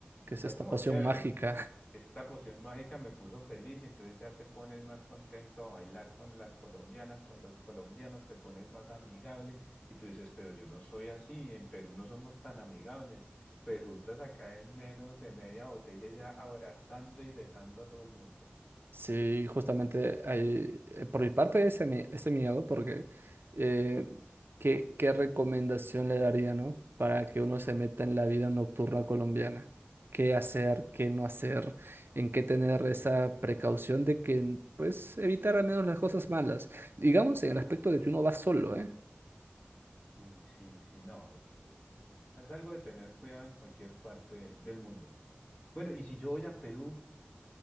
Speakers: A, on the right; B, on the left.
A: Que
B: Está
A: es esta
B: como
A: poción
B: chévere.
A: mágica
B: Esta poción mágica me puso feliz y entonces ya te pones más contento a bailar con las colombianas, con los colombianos, te pones más amigable y tú dices, pero yo no soy así, en Perú no somos tan amigables. Resultas acá en menos de media botella ya abrazando y besando a todo el mundo.
A: Sí, justamente hay, eh, por mi parte ese, mi- ese miedo, porque eh, ¿qué, qué recomendación le daría, ¿no? Para que uno se meta en la vida nocturna colombiana. ¿Qué hacer, qué no hacer? ¿En qué tener esa precaución de que, pues, evitar al menos las cosas malas? Digamos en el aspecto de que uno va solo, ¿eh?
B: Sí, sí, sí, no. Es, es- es algo de tener cuidado en cualquier parte del mundo. Bueno, y si yo voy a Perú,